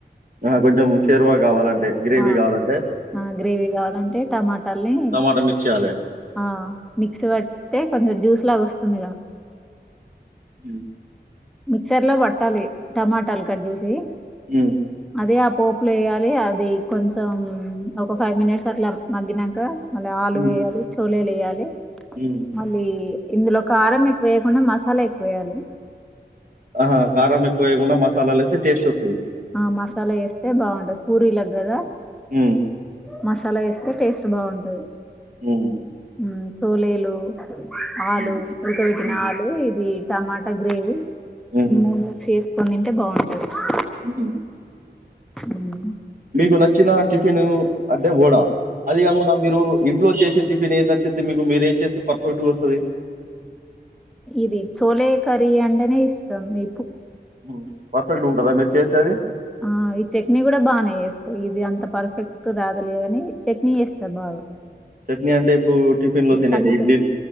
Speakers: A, on the right (about 50°); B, in the centre.
A: ఆ కొంచెం షేర్వా కావాలంటే గ్రేవీ
B: ఆ!
A: కావాలంటే
B: ఆ! గ్రేవీ కావాలంటే టమాటాల్ని
A: టమాటా మిక్ విషాల
B: ఆ మిక్సి పడితే కొంచెం జ్యూస్ లాగా వస్తుందిగా
A: ఉ
B: మిక్సర్ లో పట్టాలి టమాటాలు కట్ చేసీ
A: హమ్
B: అదే ఆ పోపులు వేయాలి. అవి కొంచెం ఒక ఫైవ్ మినిట్స్ అట్ల మగ్గి నంకా ఆలు
A: హ్మ్.
B: యాలు చోట్ లె ఏయాలె
A: హ్మ్.
B: మల్లీ ఇందులొ కారం ఎక్కువేయకుండ మసాలెక్కువేయ్యాలి
A: ఆహా! కారం ఎక్కువ వేయకుండా మసాలాలేస్తే టేస్ట్ వస్తది.
B: ఆ మసాల ఏస్తే బాగుండదు పూరీలక్ గదా
A: హమ్
B: మసాల ఏస్తె, టేస్ట్ బాగుంటది
A: హమ్
B: హమ్ తోలేలూ ఆలూ
A: హ్మ్.
B: ఉడుక బెట్టిన
A: హ్మ్.
B: ఆలూ ఇదీ తమాట గ్రేవి
A: హ్మ్.
B: మూడ్ల చేసుకొని ఎబౌట్ ఆ
A: ఉ
B: ఊహ్.
A: మీకు నచ్చనా టి ఫినూ అంటె వొడా అది గాకుండా మీరూ ఇంట్లో చేసే టిఫిన్ ఏది నచ్చుద్ది మీకు మీరేంచేస్తె పర్ఫెక్ట్ గ వొస్తది
B: ఇది చోలే కర్రీ అంటెనే ఇష్టం మీ
A: ఇప్పుడూ పర్ఫెక్ట్ గ ఉంటదా మి చేసేది
B: ఆ ఈ చట్ని గుడ బాగనే చేేస్త ఇది అంత పర్ఫెక్ట్ రాదులే గనీ చట్ని చేస్త బాగ
A: చట్నీ అంటే ఇప్పుడూ టిఫిన్ లో తినేటి
B: పల్లీ
A: ఇడ్లీలు
B: చట్